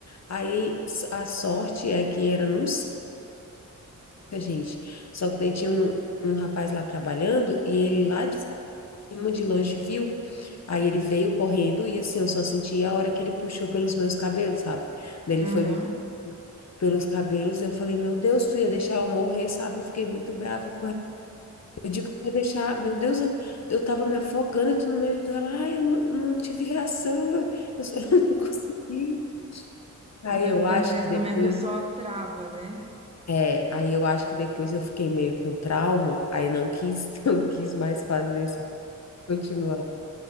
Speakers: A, on the left; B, on the right.
A: Aí s- a sorte é que era num cerca, gente. Só que daí tinha um, um rapaz lá trabalhando e ele lá de cima, de longe, viu. Aí ele veio correndo e, assim, eu só senti a hora que ele puxou pelos meus cabelos, sabe? Daí ele
B: Aham.
A: foi me pelos cabelos. Eu falei, meu Deus, tu ia deixar eu morrer, sabe? Eu fiquei muito brava com ela. Eu digo, tu ia deixar, meu Deus, eu, eu tava me afogando e tu não me ajudou. Ela, ai, eu não, não tive reação, eu, eu só- <laughs> eu não consegui. Aí
B: É
A: eu
B: porque
A: acho
B: às vezes
A: que depois,
B: também a pessoa trava, né?
A: é, aí eu acho que depois eu fiquei meio com trauma, aí não quis, <laughs> não quis mais fazer, sabe? Continuar.